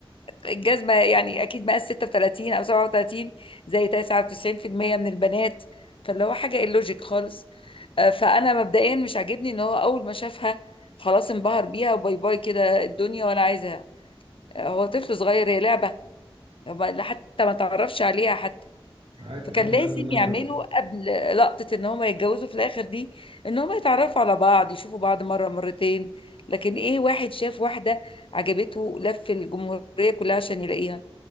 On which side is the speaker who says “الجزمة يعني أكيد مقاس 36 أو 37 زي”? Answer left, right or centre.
Left